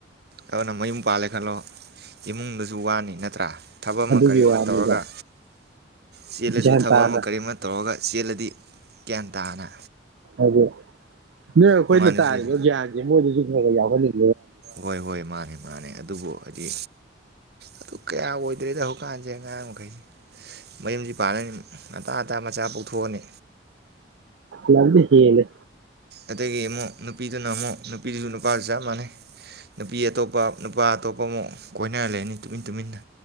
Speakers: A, on the right; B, on the right.
A: ꯑꯗꯨꯅ ꯃꯌꯨꯝ ꯄꯥꯜꯂꯦ ꯈꯜꯂꯣ ꯏꯃꯨꯡꯗꯁꯨ ꯋꯥꯅꯤ ꯅꯠꯇ꯭ꯔꯥ ꯊꯕꯛ ꯑꯃ
B: ꯑꯗꯨꯒꯤ
A: ꯀꯔꯤ ꯑꯃ
B: ꯋꯥꯅꯤꯗ
A: ꯇꯧꯔꯒ ꯆꯦꯜꯂꯁꯨ
B: ꯒ꯭ꯌꯥꯟ
A: ꯊꯕꯛ
B: ꯇꯥꯅ
A: ꯑꯃ ꯀꯔꯤ ꯑꯃ ꯇꯧꯔꯒ ꯆꯦꯜꯂꯗꯤ ꯒ꯭ꯟ ꯇꯥꯅ
B: ꯑꯗꯨ ꯅꯣꯏ ꯑꯩꯈꯣꯏꯅ
A: ꯅꯨꯡꯉꯥꯏꯅꯁꯨ
B: ꯇꯥꯔꯤꯕ
A: ꯂꯩ
B: ꯒ꯭ꯌꯥꯟꯁꯤ ꯃꯣꯏꯗꯁꯨ <unintelligible>
A: ꯍꯣꯏ ꯍꯣꯏ ꯃꯥ ꯃꯥꯅꯦ ꯃꯥꯅꯦ ꯑꯗꯨꯕꯨ ꯍꯥꯏꯗꯤ ꯑꯗꯨ ꯀꯌꯥ ꯑꯣꯏꯗ꯭ꯔꯦꯗ ꯍꯧꯖꯤꯛꯀꯥꯟꯁꯦ ꯑꯉꯥꯡ ꯃꯈꯩ ꯃꯌꯨꯝꯁꯤ ꯄꯥꯅꯅꯤ ꯑꯇꯥ ꯑꯇꯥ ꯃꯆꯥ ꯄꯨꯣꯛꯊꯣꯛꯑꯅꯤ
B: ꯂꯝꯗꯤ ꯍꯦꯂꯤ
A: ꯑꯗꯒꯤ ꯑꯃꯨꯛ ꯅꯨꯄꯤꯗꯨꯅ ꯑꯃꯨꯛ ꯅꯨꯄꯤꯗꯨꯁꯨ ꯅꯨꯄꯥꯁꯨ ꯆꯞ ꯃꯥꯟꯅꯩ ꯅꯨꯄꯤ ꯑꯇꯣꯞꯄ ꯅꯨꯄꯥ ꯑꯇꯣꯞꯄ ꯑꯃꯨꯛ ꯀꯣꯏꯅꯔ ꯂꯩꯅꯤ ꯇꯨꯃꯤꯟ ꯇꯨꯃꯤꯟꯅ